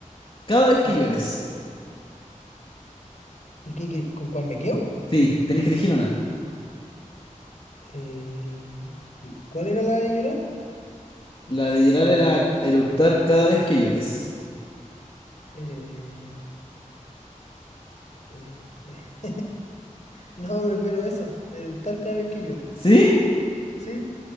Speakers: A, on the left; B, on the left.
A: cada vez que
B: ya.
A: llores.
B: ¿Y qué, qué- con cuál me quedo?
A: Sí, tenés que elegir una.
B: Eh, ¿y cuál era la de llorar?
A: La de llorar era eructar cada vez que llores.
B: Eh, eh, <laughs> no, prefiero esa, de eructar cada vez que lloro.
A: ¿Sí?
B: ¿Sí?